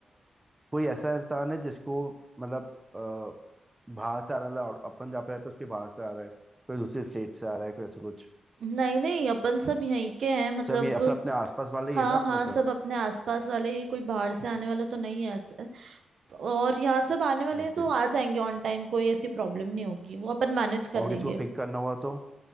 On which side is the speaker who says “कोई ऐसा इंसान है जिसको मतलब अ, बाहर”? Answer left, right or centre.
Right